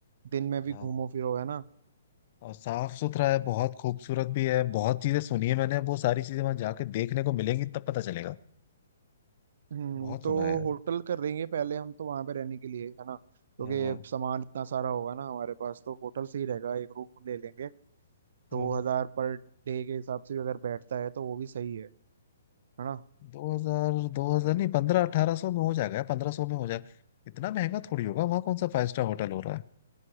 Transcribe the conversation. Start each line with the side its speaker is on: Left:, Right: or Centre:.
Right: दिन में भी
Left: हाँ
Right: घूमो फिरो है ना
Left: और साफ सुथरा है बहुत खूबसूरत भी है बहुत चीजें सुनी है मैंने वो सारी चीजें वहां जाके देखने को मिलेंगी तब पता चलेगा
Right: हम्म
Left: बहुत
Right: तो
Left: सुना है यार
Right: होटल कर देंगे पहले हम तो वहां पे रहने के लिए है ना क्योंकि
Left: हाँ हाँ
Right: सामान इतना सारा होगा ना हमारे पास तो होटल से ही रहेगा एक रूम ले लेंगे
Left: हाँ
Right: दो हजार पर डे के हिसाब से भी अगर बैठता है तो वो भी सही है है ना
Left: दो हजार दो हजार नहीं पंद्रह अठारह सौ में हो जाएगा पंद्रह सौ में हो जाएगा इतना महंगा थोड़ी होगा वहाँ कौन सा फाइव स्टार होटल हो रहा है